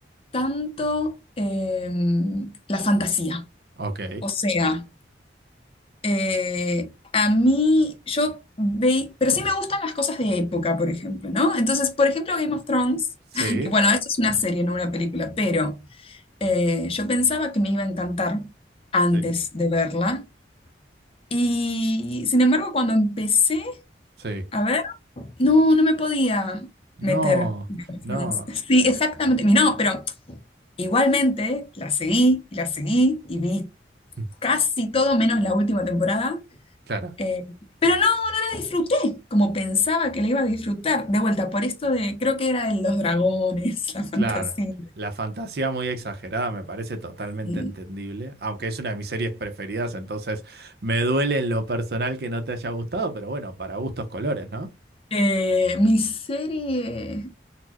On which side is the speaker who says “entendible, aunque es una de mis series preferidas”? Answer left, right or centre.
Right